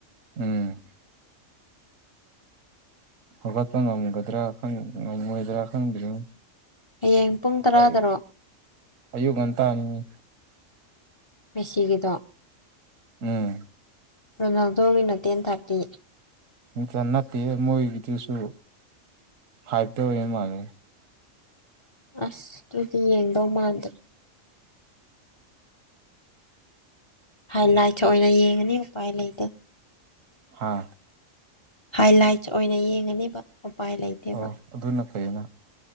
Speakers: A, on the right; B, on the left.
A: ꯎꯝ ꯍꯧꯒꯠ ꯅꯝꯒꯗ꯭ꯔꯥ ꯈꯪ ꯉꯝꯃꯣꯏꯗ꯭ꯔꯥ ꯈꯪꯗ꯭ꯔꯦꯅꯦ
B: ꯍꯌꯦꯡ ꯄꯨꯡ ꯇꯔꯥꯗꯔꯣ
A: ꯑꯩ ꯑꯌꯨꯛ ꯉꯟꯇ ꯅꯤꯅꯦ
B: ꯃꯦꯁꯤꯒꯤꯗꯣ
A: ꯎꯝ
B: ꯔꯣꯅꯥꯜꯗꯣꯒꯤꯅ ꯇꯦꯟ ꯊꯥꯔꯇꯤ
A: <unintelligible> ꯅꯠꯇꯦ ꯃꯣꯏꯒꯤꯗꯨꯁꯨ ꯍꯥꯏꯠꯇꯣ ꯌꯦꯡ ꯃꯥꯜꯂꯦ
B: ꯑꯁ ꯑꯗꯨꯨꯗꯤ ꯌꯦꯡꯗꯧ ꯃꯥꯟꯗꯦ ꯍꯥꯏ ꯂꯥꯏꯠ ꯑꯣꯏꯅ ꯌꯦꯡꯉꯅꯤ ꯎꯄꯥꯏ ꯂꯩꯇꯦ
A: ꯍꯥꯥ
B: ꯍꯥꯏꯂꯥꯏꯠꯁ ꯑꯣꯏꯅ ꯌꯦꯡꯉꯅꯤꯕ ꯎꯄꯥꯏ ꯂꯩꯇꯦꯕ
A: ꯑꯣ ꯑꯗꯨꯅ ꯐꯩꯅ